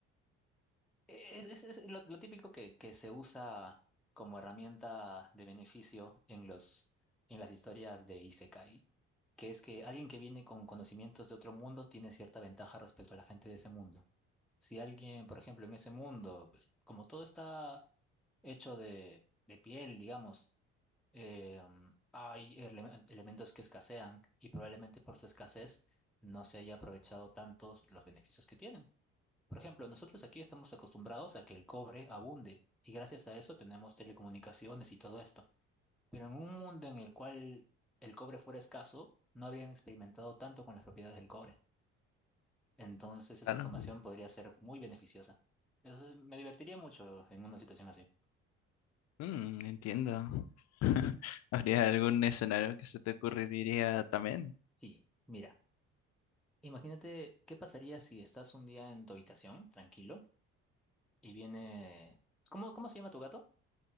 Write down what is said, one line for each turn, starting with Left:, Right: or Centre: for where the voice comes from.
Centre: e-, Es, es- es lo, lo típico que, que se usa como herramienta de beneficio en los, en las historias de Isekai, que es que alguien que viene con conocimientos de otro mundo tiene cierta ventaja respecto a la gente de ese mundo. Si alguien, por ejemplo, en ese mundo, pues, como todo está hecho de, de piel, digamos, eh, hay ele- elementos que escasean y probablemente por su escasez no se haya aprovechado tantos los beneficios que tienen. Por ejemplo, nosotros aquí estamos acostumbrados a que el cobre abunde y gracias a eso tenemos telecomunicaciones y todo esto. Pero en un mundo en el cual el cobre fuera escaso, no habrían experimentado tanto con las propiedades del cobre. Entonces esa
Left: Claro.
Centre: información podría ser muy beneficiosa. Eso me divertiría mucho en una situación así.
Left: Mm, entiendo. <laughs> ¿Habría algún escenario que se te ocurriría también?
Centre: Sí, mira, imagínate qué pasaría si estás un día en tu habitación, tranquilo, y viene... ¿Cómo, cómo se llama tu gato?